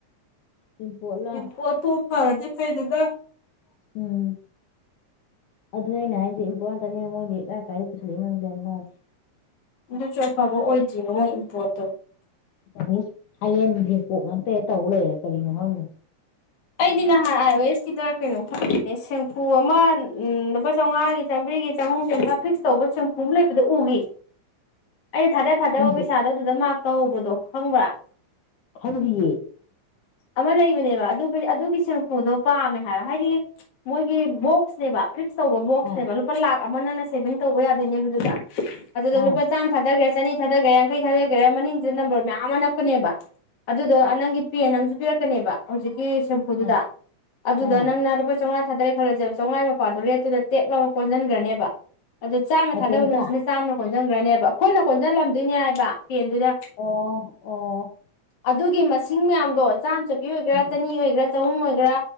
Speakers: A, on the left; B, on the left.
A: ꯣꯠꯂꯣꯠꯂ
B: ꯏꯝꯄꯣꯔꯠꯇꯣ ꯐꯔꯗꯤ ꯐꯩꯗꯅ
A: ꯎꯝ ꯑꯗꯨꯅꯦ ꯑꯩꯅ ꯍꯥꯏꯗꯤ ꯏꯝꯄꯣꯔꯇꯅꯤꯅ ꯃꯣꯏꯗꯤ ꯀꯥꯏ ꯀꯥꯏꯗ ꯄꯨꯁꯤꯂꯛꯏ ꯅꯣꯦ
B: ꯑꯗꯨꯁꯨ ꯑꯐꯕ ꯑꯣꯏꯗ꯭ꯔꯤꯅꯣ ꯃꯣꯏ ꯏꯝꯄꯣꯔꯠꯇꯣ
A: ꯆꯥꯏꯅꯤꯁ ꯊꯥꯏꯂꯦꯟ ꯌꯦꯄꯣꯛ ꯉꯥꯛꯇ ꯇꯧꯕ ꯂꯩꯔꯦ ꯀꯔꯤꯅꯣ ꯈꯪꯗꯣ
B: ꯑꯩꯗꯤ ꯅꯍꯥꯟ ꯑꯥꯏ ꯑꯣ ꯑꯦꯁ ꯀꯗ ꯀꯩꯅꯣ ꯈꯪꯗꯅꯦ ꯁꯦꯡꯐꯨ ꯑꯃ ꯂꯨꯄꯥ ꯆꯥꯝꯃꯉꯥꯒꯤ ꯆꯔꯤꯒꯤ ꯆꯍꯨꯝ ꯆ꯭ꯔꯥ ꯐꯤꯛꯁ ꯇꯧꯕ ꯆꯨꯝꯐꯨ ꯑꯃ ꯂꯩꯕꯗ ꯎꯈꯤ ꯑꯩꯅ ꯊꯥꯗ ꯊꯥꯗꯕ
A: ꯈꯪꯗꯦ
B: ꯄꯩꯁꯥꯗꯣ ꯑꯗꯨꯗ ꯃꯥꯔꯛ ꯇꯧꯍꯧꯕꯗꯣ ꯈꯪꯕ꯭ꯔꯥ
A: ꯍꯧ ꯍꯌꯦ
B: ꯑꯃ ꯂꯩꯕꯅꯦꯕ ꯑꯗꯨ ꯑꯗꯨꯒꯤ ꯁꯦꯡꯐꯨꯗꯣ ꯄꯥꯝꯃꯦ ꯍꯥꯏꯕ ꯍꯥꯏꯗꯤ ꯃꯣꯏꯒꯤ ꯕꯣꯛꯁꯅꯦꯕ ꯇꯧꯕ ꯕꯣꯛꯁꯅꯦꯕ
A: ꯑꯥ
B: ꯂꯨꯄꯥ ꯂꯥꯛ ꯑꯃ ꯅꯪꯅ ꯁꯦꯚꯤꯡ ꯇꯧꯕ ꯌꯥꯗꯣꯏꯅꯦꯕꯗꯨꯗ ꯑꯗꯨꯗ
A: ꯑꯥ
B: ꯂꯨꯄꯥ ꯆꯥꯝꯃ ꯊꯥꯗꯈ꯭ꯔꯦ ꯆꯠꯅꯤ ꯊꯥꯗꯒꯦꯔꯥ ꯌꯥꯡꯈꯩ ꯊꯥꯗꯈꯦꯔꯥ ꯃꯅꯤꯡꯁꯤꯗ ꯅꯝꯕꯔ ꯃꯌꯥꯝ ꯑꯃ ꯅꯞꯄꯅꯦꯕ ꯑꯗꯨꯗꯣ ꯅꯪꯒꯤ ꯄꯦꯟꯨ ꯄꯤꯔꯛꯀꯅꯦꯕ ꯍꯧꯖꯤꯛꯀꯤ ꯁꯦꯝꯄꯨꯗꯨꯗ
A: ꯑꯥ
B: ꯑꯗꯨꯗ
A: ꯑꯥ
B: ꯅꯪꯅ ꯂꯨꯄꯥ ꯆꯥꯝꯃꯉꯥꯔꯦ ꯈꯔꯕ ꯆꯝꯃꯉꯥ ꯃꯄꯥꯗꯨꯣ ꯔꯦꯠꯇꯨꯗ ꯇꯦꯛꯞ ꯂꯧꯔꯒ ꯀꯣꯟꯁꯤꯟꯈ꯭ꯔꯅꯦꯕ ꯑꯗꯣ ꯆꯥꯝꯃ
A: ꯃꯇꯣꯝꯇ
B: ꯊꯥꯗꯕ ꯅꯨꯃꯤꯠꯁꯤꯅ ꯆꯥꯝꯃ ꯀꯣꯟꯁꯤꯟꯈ꯭ꯔꯅꯦꯕ ꯑꯩꯈꯣꯏꯅ ꯀꯣꯟꯁꯤꯜꯂꯝꯗꯣꯏꯅꯦ ꯍꯥꯏꯕ ꯄꯦꯟꯗꯨꯗ
A: ꯑꯣ ꯑꯣ
B: ꯑꯗꯨꯒꯤ ꯃꯁꯤꯡ ꯃꯌꯥꯝꯗꯣ ꯆꯥꯝꯃ ꯆꯄꯤ ꯑꯣꯏꯒꯦꯔꯥ
A: ꯎꯝ
B: ꯆꯅꯤ ꯑꯣꯏꯒꯦꯔꯥ ꯆꯍꯨꯝ ꯑꯣꯏꯒꯦꯔꯥ